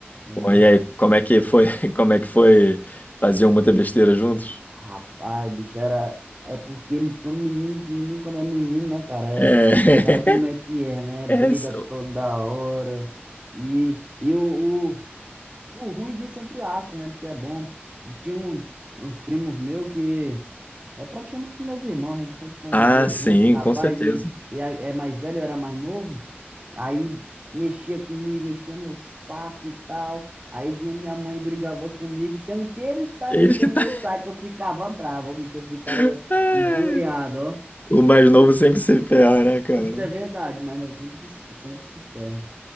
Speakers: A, on the right (about 30°); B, on the left (about 40°).
A: É.
B: Porra, e aí, como é que foi? <laughs> Como é que foi? Faziam muita besteira juntos?
A: Rapaz, bicho, era. É porque quando menino, menino quando é menino, né, cara? É...
B: É.
A: Sabe como é que é, né? Briga
B: <laughs> isso.
A: toda hora. E, e o, O ruim disso, é entre aspas, né? Porque é bom. Tinha um, uns primos meus que é praticamente meus irmãos, a gente sempre conviveu
B: Ah, sim,
A: junto, rapaz,
B: com certeza.
A: e, e a- é mais velho, eu era mais novo, aí mexia comigo, enchia meu saco e tal, aí vinha minha mãe e brigava comigo, sendo que ele que estava
B: Eles
A: enchendo
B: que tá.
A: meu saco, eu ficava bravo, ó, bicho, eu ficava
B: <laughs>
A: injuriado, ó.
B: O mais novo sempre se ferra, né, cara?
A: Isso é verdade, mas não, sempre, se- sempre se ferra.